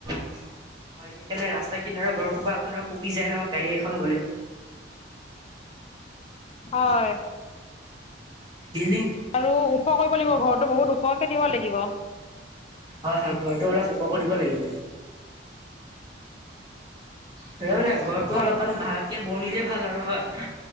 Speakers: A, on the right (about 25°); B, on the left (about 35°).
A: হয়, সেইকাৰণে ৰাস্তা কিনাৰৰ ঘৰ খোপা আপোনাৰ কঁপি যায় ন গাড়ী এখন গলে। বুইছে
B: হয়
A: বিলিং
B: আৰু ওখ কৰিব লাগিব। ঘৰটো বহুত ওখকে দিব লাগিব।
A: হয়, হয়। ঘৰটো অলপ উপকৈ দিব লাগিব। সেই মানে ঘৰটো
B: হয়
A: অলপমান ভালকে বনিলে ভাল আৰু হয়।